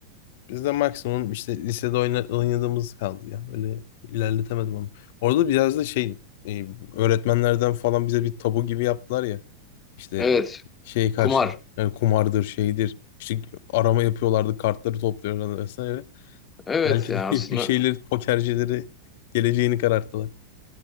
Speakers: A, on the left; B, on the left.
A: Bizde maksimum işte lisede oyna- oynadığımız kaldı ya. Öyle ilerletemedim onu. Orada biraz da şey e, öğretmenlerden falan bize bir tabu gibi yaptılar ya. İşte
B: Evet
A: şey karşı
B: kumar.
A: yani kumardır şeydir. İşte arama yapıyorlardı kartları topluyorlardı vesaire.
B: Evet
A: Belki
B: ya
A: Evet.
B: aslında
A: de <laughs> bir şeyleri pokercileri geleceğini kararttılar